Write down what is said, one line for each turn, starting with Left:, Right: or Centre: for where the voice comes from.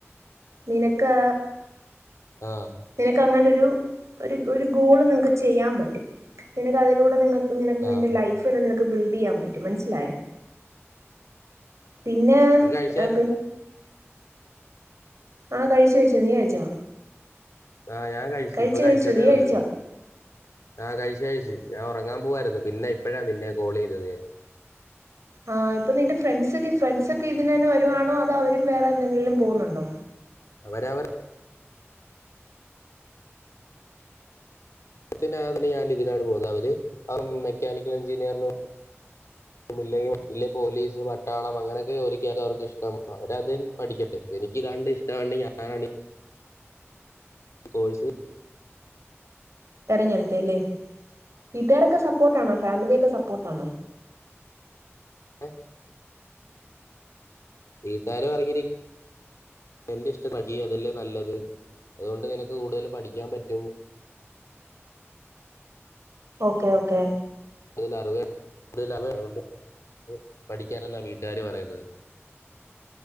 Right: നിനക്ക്
Left: ആഹ്
Right: നിനക്ക് അങ്ങന ഒരു ഒരു ഗോൾ നിങ്ങൾക്ക് ചെയ്യൻ പറ്റും നിങ്ങൾക്കതിലൂടെ നിങ്ങൾ നിനക്ക്
Left: ആഹ്
Right: നിന്റെ ലൈഫ് നി ബിൽഡ് ചെയ്യാൻ പറ്റും മനസിലോ പിന്നെ
Left: നീ കഴിച്ചായിരുന്നോ
Right: ആ പി ആഹ കഴിച്ചു കഴിച്ചോ നീ കഴിച്ചോ
Left: ആഹ് ഞാൻ കഴിച്ച
Right: കഴിച്ചു
Left: ഇപ്പൊ കഴിച്ചതേ
Right: കഴിച്ചു നീ
Left: ഉള്ളു
Right: കഴിച്ചോ
Left: ആ കഴിച്ചു ഞാൻ ഉറങ്ങാൻ പോവായിരുന്നു പിന്നെ ഇപ്പോഴാ നിന്നെ കോൾ ചെയ്തത് ഞാൻ
Right: ആഹ ഇപ്പൊ നിന്റെ ഫ്രണ്ട്സ്ക്കെ ഫ്രണ്ട്സ ഒക്കെ ഇതിനന്നെ വരുവാണോ അധോ അവരും വേറെ എന്തെങ്കിലും പോകുന്നുണ്ടോ
Left: അവരവർ ത്തിണ്ട് ഞാൻ ഇതിനാണ് പോകുന്നത് അവര് മെക്കാനിക്കൽ എഞ്ചിനീയറിന ഇല്ലെങ്കിൽ പോലീസ് പട്ടാളം അങ്ങനെയൊക്കെ ജോലിക്ക അവർക്ക് ഇഷ്ടം അവരതിൽ പഠിക്കട്ടെ എനിക്ക് ഇതാണ്ട് ഇഷ്ടണ്ട് ഞാന കോഴ്സ്
Right: തെരഞ്ഞെടുത്ത അല്ലേ വീട്ടുകാരൊക്കെ സപ്പോർട്ട് ആണോ ഫാമിലിക്കെ സപ്പോർട്ട ആണോ
Left: ഏ വീട്ടുകാരും അറിഞ്ഞിരിക്ക എന്റെ ഇഷ്ടം പ അതല്ലേ നല്ലത് അതുകൊണ്ട് നിനക്ക് കൂടുതൽ പഠിക്കാൻ പറ്റും
Right: ഓക്കെ ഓക്കെ
Left: ക അറിവ <unintelligible> പഠിക്കാനെന്നാണ് വീട്ടുകാർ പറയുന്നത്